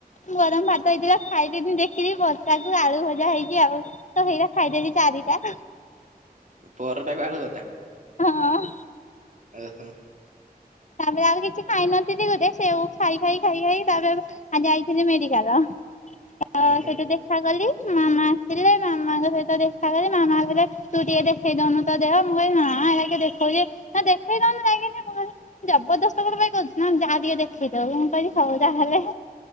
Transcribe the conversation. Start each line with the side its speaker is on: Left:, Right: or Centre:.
Left: ଗରମ ଭାତ ହେଇଥିଲା ଖାଇଦେଇଥିନି ଦେଖିକି ବର୍ଷାକୁୁ ଆଳୁ ଭଜା ହେଇଚି ଆଉ ତ ହେଇରା ଖାଇଦେଲି ଚାରିଟା।
Right: ପରଟା କୁ ଆଳୁ ଭଜା।
Left: ହଁ।
Right: ଓହୋ।
Left: ତାପରେ ଆଉ କିଛି ଖାଇ ନଥିଲି ଗୋଟେ ସେଉ ଖାଇ ଖାଇ ଖାଇ ଖାଇ ତାପରେ ଆଉ ଯାଇଥିଲି ମେଡିକାଲ ତ
Right: ଓହୋ
Left: ସେଇଠୁ ଦେ ଦେଖା କଲି ମାମା ଆସିଲେ ମାମାଙ୍କ ସହିତ ଦେଖା କଲି ମାମା ଗଲେ। ତୁ ଟିକେ ଦେଖେଇ ଦଉନୁ ତା ଦେହ ମୁଁ କହଲି ନାଁଇବା ଅଇଖା ଦେଖଉଛି ନା ଦେଖେଇ ଦଉନୁ ଯାଇକିନି ମୁଁ କହିଲି ଜବରଦସ୍ତ କଣ ପାଇଁ କହୁଛୁ ନା ଯାହାବି ହେଲେ ଦେଖେଇଦଉନୁ ମୁଁ କହିଲି ହଉ ଯାହେଲେ